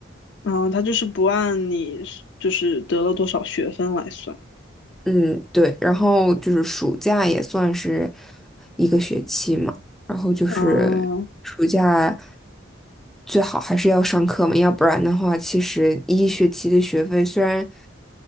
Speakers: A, on the left; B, in the centre.
A: 然后他就是不按你是就是得了多少学分来算。
B: 嗯，对，然后就是暑假也算是一个学期嘛，然后就是暑假
A: 哦，
B: 最好还是要上课嘛，要不然的话，其实一学期的学费虽然